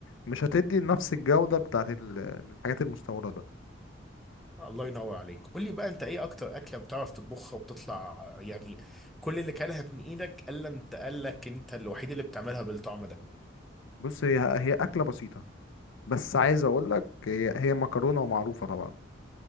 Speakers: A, on the left; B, in the centre.
A: مش هتدي نفس الجودة بتاعت ال- الحاجات المستوردة
B: الله ينور عليك قول لي بقى انت ايه اكتر اكله بتعرف تطبخها وبتطلع يعني كل اللي كلها من ايدك الا انت قال لك انت الوحيد اللي بتعملها بالطعم ده
A: بص هي هي اكلة بسيطة بس عايز اقول لك هي هي مكرونه ومعروفه طبعا